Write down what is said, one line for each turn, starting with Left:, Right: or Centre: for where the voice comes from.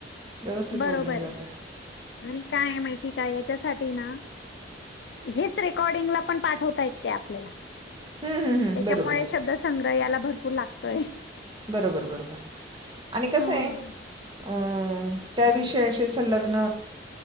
Right: व्यवस्थित
Left: बरोबर
Right: बोलले जातात
Left: आहे आणि काय आहे माहिती का याच्यासाठी ना हेच रेकॉर्डिंगला पण पाठवता येत ते आपल्याला
Right: हम्म, हम्म, हम्म,
Left: त्याच्यामुळे
Right: बरोबर आहे
Left: शब्दसंग्रह याला भरपूर लागतोय.
Right: बरोबर बरोबर आणि कसं
Left: हं.
Right: आहे अ त्याविषयीशी संलग्न